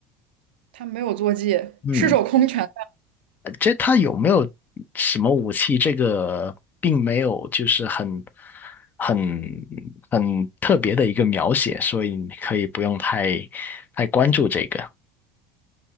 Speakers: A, on the right (about 80°); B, on the left (about 35°).
A: 他没有坐骑，
B: 嗯。
A: 赤手空拳。
B: 这他有没有什么武器？这个并没有，就是很很很特别的一个描写，所以你可以不用太太关注这个。